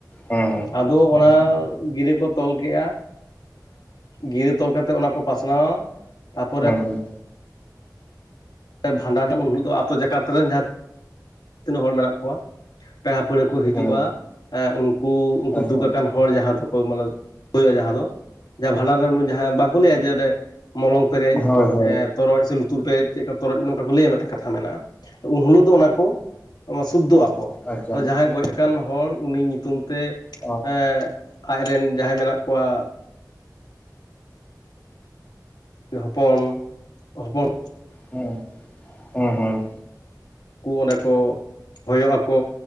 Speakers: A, on the left (about 25°); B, on the left (about 75°).
A: ᱦᱮᱸ
B: ᱟᱫᱚ ᱚᱱᱟ ᱜᱤᱨᱟᱹ ᱠᱚ ᱛᱚᱞ ᱠᱮᱜᱼᱟ᱾ ᱜᱤᱨᱟᱹ ᱛᱚᱞ ᱠᱟᱛᱮ ᱚᱱᱟ ᱠᱚ ᱯᱟᱥᱱᱟᱣᱟ᱾ ᱛᱟᱨᱯᱚᱨ
A: ᱦᱚᱸ
B: ᱵᱷᱟᱸᱰᱟᱱ ᱩᱱ ᱦᱤᱞᱳᱜ ᱫᱚ ᱟᱹᱛᱩ ᱡᱟᱠᱟᱛ ᱨᱮᱱ ᱡᱟᱦᱟᱸ ᱛᱤᱱᱟᱹᱜ ᱦᱚᱲ ᱢᱮᱱᱟᱜ ᱠᱚᱣᱟ᱾ ᱯᱮᱲᱟ-ᱯᱟᱹᱲᱦᱟᱹ ᱠᱚ ᱦᱤᱡᱩᱜᱼᱟ,
A: ᱦᱮᱸ ᱦᱮᱸ
B: ᱩᱱᱠᱩ ᱩᱱᱠᱩ
A: ᱟᱪᱪᱷᱟ
B: ᱫᱩᱠ ᱟᱠᱟᱱ ᱦᱚᱲ ᱡᱟᱦᱟᱸ ᱫᱚᱠᱚ ᱢᱟᱱᱮ ᱦᱩᱭᱩᱜᱼᱟ, ᱡᱟᱦᱟᱸ ᱫᱚ ᱡᱟᱦᱟᱸ ᱵᱷᱟᱸᱰᱟᱱ ᱨᱮ ᱡᱟᱦᱟᱸ ᱵᱟᱝ ᱠᱚ ᱞᱟᱹᱭᱟ ᱡᱮᱸ ᱚᱰᱮ ᱢᱚᱞᱚᱝ ᱯᱮᱨᱮᱡ
A: ᱦᱳᱭ ᱦᱳᱭ
B: ᱛᱚᱨᱚᱡ ᱥᱮ ᱞᱩᱛᱩᱨ ᱯᱮᱨᱮᱡ ᱪᱮᱫᱠᱟ ᱛᱚᱨᱚᱡ ᱱᱚᱝᱠᱟ ᱠᱚ ᱞᱟᱹᱭᱟ᱾ ᱢᱤᱫᱴᱟᱝ ᱠᱟᱛᱷᱟ ᱢᱮᱱᱟᱜᱼᱟ, ᱩᱱ ᱦᱤᱞᱳᱜ ᱫᱚ ᱚᱱᱟ ᱠᱚ ᱥᱩᱫᱽᱫᱷᱚ ᱟᱠᱚ᱾
A: ᱟᱪᱪᱷᱟ
B: ᱟᱫᱚ ᱡᱟᱦᱟᱸᱭ ᱜᱚᱡ ᱟᱠᱟᱱ ᱦᱚᱲ ᱩᱱᱤ ᱧᱩᱛᱩᱢ ᱛᱮ
A: ᱦᱮᱸ
B: ᱮ ᱟᱡ ᱨᱮᱱ ᱡᱟᱦᱟᱸᱭ ᱢᱮᱱᱟᱜ ᱠᱚᱣᱟ᱾ ᱦᱚᱯᱚᱱ ᱦᱚᱯᱚᱱ
A: ᱦᱮᱸ ᱦᱮᱸ ᱦᱮᱸ
B: ᱠᱩ ᱚᱰᱮ ᱠᱚ ᱦᱚᱭᱚᱜ ᱟᱠᱚ,